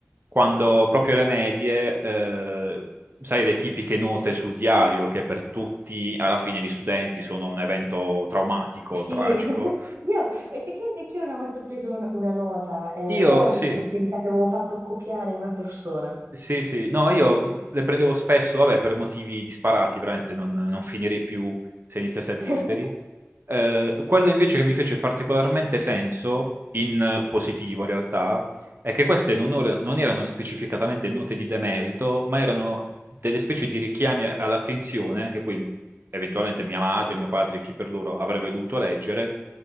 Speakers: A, on the right; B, on the right.
A: quando proprio le medie, eh, sai, le tipiche note sul diario, che per tutti, alla fine, gli studenti sono un evento traumatico,
B: Sì,
A: tragico.
B: <laughs> io effettivamente anch'io una volta ho preso una, una nota, eh,
A: Io
B: però era
A: sì.
B: stato perché mi sa che avevo fatto copiare una persona.
A: Sì, sì, no, io le prendevo spesso, vabbè, per motivi disparati, veramente non, non finirei più se iniziassi a dirteli.
B: <laughs>
A: Eh, quello invece che mi fece particolarmente senso, in eh, positivo in realtà, è che queste non, or- non erano specificatamente note di demerito, ma erano delle specie di richiami a- all'attenzione che poi eventualmente mia madre, mio padre, chi per loro avrebbe dovuto leggere